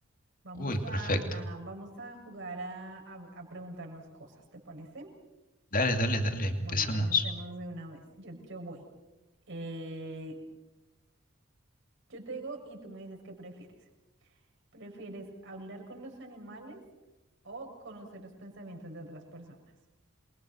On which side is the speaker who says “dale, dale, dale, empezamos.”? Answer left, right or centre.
Left